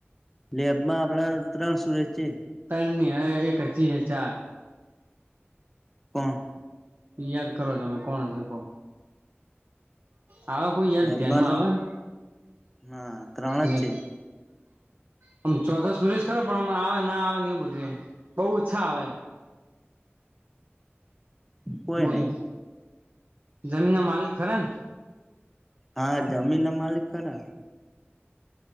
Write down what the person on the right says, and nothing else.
તેણ ની હારે એક હજી હે ચાર
યાદ કરો તમે કોણ છોકો આવેવા કોઈ યાદ
ધ્યાનમાં
આવે
આમ ચોથો સુરેશ ખરો પણ આવે ના આવે એવું બધું એમ બહુ ઓછા આવે એમ
બોલો
જમીન ના માલિક ખરા ને